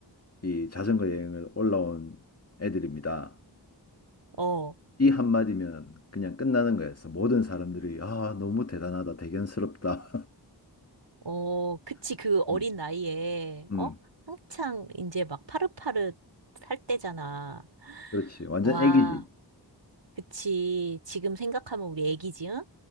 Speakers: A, on the left; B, on the right.
A: 이 자전거 여행을 올라온 애들입니다.
B: 어, 어,
A: 이 한마디면 그냥 끝나는 거였어. 모든 사람들이 아, 너무 대단하다. 대견스럽다.
B: 어, 그치.
A: <laughs>
B: 그 어린
A: 음,
B: 나이에,
A: 음,
B: 어? 한창 이제 막 파릇파릇 살 때잖아.
A: 그렇지. 완전
B: 와,
A: 애기지.
B: 그치. 지금 생각하면 우리 애기지, 응?